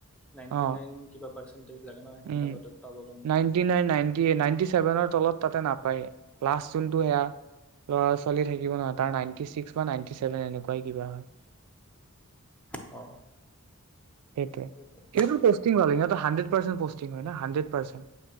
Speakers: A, in the centre; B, on the right (about 85°).
A: নাইনটি
B: অ
A: নাইন কিবা পাৰ্চেণ্টেজ লাগে ন আহমেদাবাদত
B: উম
A: পাবৰ কাৰণে।
B: নাইন্টি নাইন নাইন্টি এ চেভেনত। তলত তাতে নাপায়ে লাষ্ট জোনটো সেইয়া লাছ। চলি থাকিব নহয় তাৰ নাইণ্টী ছিক্স বা নাইণ্টী ছেভেন এনেকুৱাই কিবা হয়।
A: অ।
B: সেইটোৱে
A: সেইটো।
B: সিহটো পষ্টিং লাগে সিহঁত হানড্ৰেড পৰ্চন্টিং হয় ন হানড্ৰেড পাৰ্চেণ্ট।